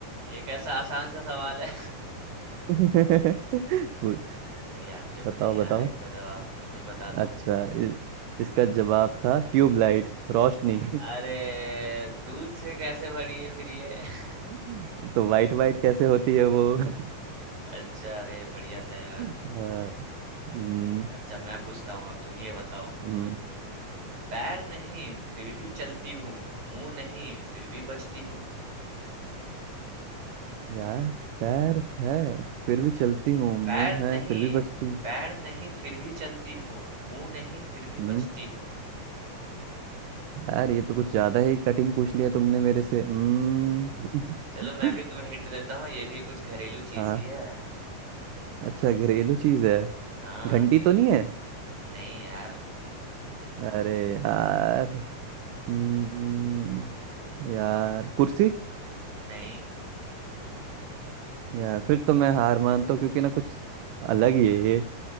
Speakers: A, on the right (about 65°); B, on the right (about 85°).
A: ये कैसा आसान सा सवाल है
B: <laughs> वो-
A: <laughs> नहीं यार मुझे
B: बताओ
A: तो नहीं आ
B: बताओ
A: रहा इसका जवाब तुम ही बता दो
B: अच्छा इ, इसका जवाब था ट्यूबलाइट रोशनी
A: अरे दूध से कैसे भरी है फिर ये <laughs>
B: <laughs> तो वाइट वाइट कैसे होती है वो <laughs>
A: अच्छा अरे बढ़िया था यार
B: हाँ, हम्म
A: अच्छा मैं पूछता हूँ अब तुम ये बताओ
B: हम्म,
A: पैर नहीं फिर भी चलती हूँ मुंह नहीं फिर भी बचती हूँ
B: यार पैर है फिर भी चलती हूँ
A: पैर
B: मुंह
A: नहीं
B: है फिर भी बचती हूँ।
A: पैर नहीं फिर भी चलती हूँ मुंह नहीं फिर भी
B: हम्म
A: बचती हूँ
B: यार ये तो कुछ ज्यादा ही कठिन पूछ लिया तुमने मेरे से हम्म
A: चलो मैं भी तुम्हें
B: <laughs>
A: हिंट देता हूँ ये भी कुछ घरेलू चीज
B: हाँ
A: ही है
B: अच्छा घरेलू चीज है
A: हाँ
B: घंटी तो नहीं है
A: नहीं यार
B: अरे यार हम्म यार कुर्सी
A: नहीं
B: यार फिर तो मैं हार मानता हूँ क्योंकि ना कुछ अलग ही है ये